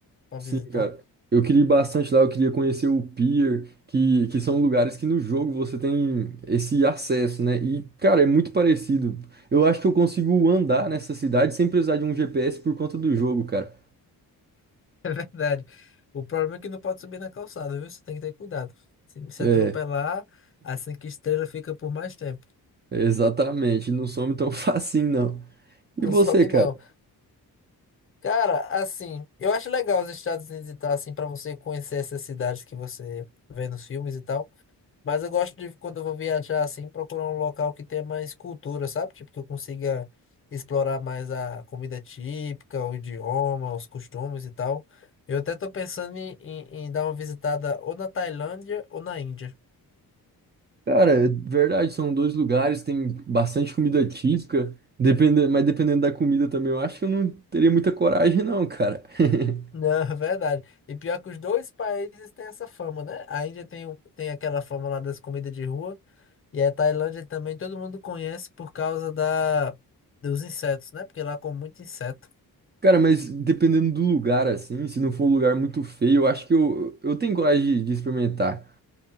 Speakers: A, on the left; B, on the right.
A: para
B: Sim,
A: visitar.
B: cara.
A: <laughs>
B: Eu queria ir bastante lá, eu queria conhecer o Pier, que, que são lugares que no jogo você tem esse acesso, né? E, cara, é muito parecido. Eu acho que eu consigo andar nessa cidade sem precisar de um GPS por conta do jogo, cara.
A: Verdade. O problema é que não pode subir na calçada, viu? Você tem que ter cuidado. Se se
B: É,
A: atropelar, a cinco estrelas fica por mais tempo.
B: exatamente. Não some tão <laughs> facinho, não. E
A: Não
B: você,
A: some,
B: cara?
A: não. Cara, assim, eu acho legal os Estados Unidos e tal, assim, pra você conhecer essas cidades que você vê nos filmes e tal. Mas eu gosto de, quando eu vou viajar assim, procurar um local que tenha mais cultura, sabe? Tipo, que eu consiga explorar mais a comida típica, o idioma, os costumes e tal. Eu até tô pensando em, em, em dar uma visitada ou na Tailândia ou na Índia.
B: Cara, é verdade, são dois lugares, tem bastante comida típica, depende, mas dependendo da comida também, eu acho que eu não teria muita coragem, não, cara. <laughs>
A: <laughs> Não, é verdade. E pior que os dois países têm essa fama, né? A Índia tem, o- tem aquela fama lá das comidas de rua, e a Tailândia também todo mundo conhece por causa da, dos insetos, né? Porque lá come muito inseto.
B: Cara, mas dependendo do lugar, assim, se não for um lugar muito feio, eu acho que eu, eu tenho coragem de, de experimentar